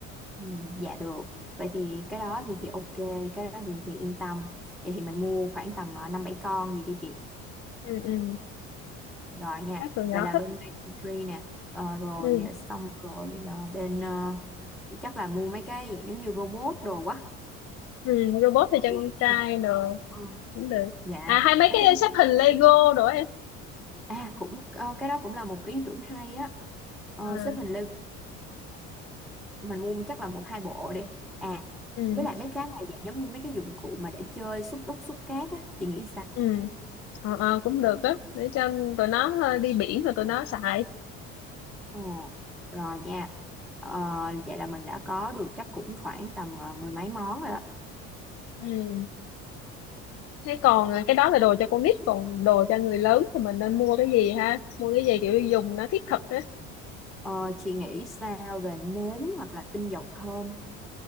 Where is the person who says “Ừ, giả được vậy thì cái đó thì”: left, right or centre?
Centre